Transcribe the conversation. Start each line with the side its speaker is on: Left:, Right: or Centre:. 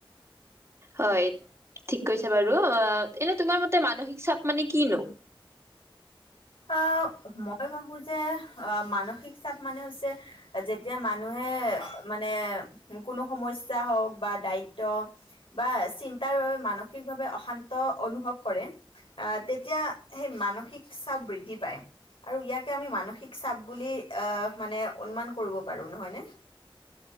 Right: হয় ঠিক কৈছে বাৰু অ এনে তোমাৰ মতে মানসিক চাপ মানে কিনো
Left: আহ মই ভাবো যে আহ মানসিক চাপ মানে হৈছে যেতিয়া মানুহে মানে কোনো সমস্যা হওক বা দায়িত্ব বা চিন্তাৰ বাবে মানসিকভাৱে অশান্ত অনুভৱ কৰে আহ তেতিয়া সেই মানসিক চাপ আৰু ইয়াকে আমি মানসিক চাপ বুলি আহ মানে অনুমান কৰিব পাৰো নহয় নে